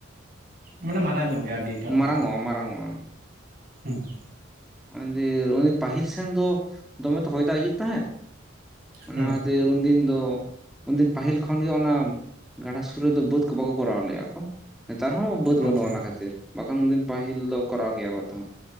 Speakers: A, on the right; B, in the centre.
A: ᱢᱟᱱᱮ ᱢᱟᱨᱟᱝ ᱧᱚᱜ ᱜᱮᱭᱟ ᱟᱹᱰᱤᱴᱟᱜ
B: ᱢᱟᱨᱟᱝᱚᱜᱼᱟ
A: ᱜᱮ
B: ᱢᱟᱨᱟᱝᱚᱜᱼᱟ
A: ᱦᱩᱸ
B: ᱟᱸ ᱡᱮ ᱩᱱᱤ ᱯᱟᱹᱦᱤᱞ ᱥᱮᱱ ᱫᱚ ᱫᱚᱢᱮ ᱛᱚ ᱦᱚᱭ ᱫᱟᱜ ᱦᱤᱡᱩᱜ ᱛᱟᱦᱮᱸᱫ ᱚᱱᱟ
A: ᱦᱩᱸ
B: ᱫᱮ ᱟᱨ ᱩᱱᱫᱤᱱ ᱫᱚ ᱩᱱᱫᱤᱱ ᱯᱟᱹᱦᱤᱞ ᱠᱷᱚᱱᱜᱮ ᱚᱱᱟ ᱜᱟᱰᱟ ᱥᱩᱨ ᱨᱮᱫᱚ ᱵᱟᱹᱫᱽ ᱠᱚ ᱵᱟᱠᱚ ᱠᱚᱨᱟᱣ ᱞᱮᱜᱼᱟ ᱠᱚ ᱦᱸᱮᱛᱟᱨ ᱦᱚᱸ ᱵᱟᱹᱫ
A: ᱟᱪᱪᱷᱟ
B: ᱵᱟᱹᱱᱩᱜᱼᱟ ᱚᱱᱟ ᱠᱷᱟᱹᱛᱤᱨ ᱵᱟᱠᱷᱟᱱ ᱩᱱᱫᱤᱱ ᱯᱟᱹᱦᱤᱞ ᱫᱚ ᱠᱚᱨᱟᱣ ᱜᱮᱭᱟ ᱠᱚᱛᱚ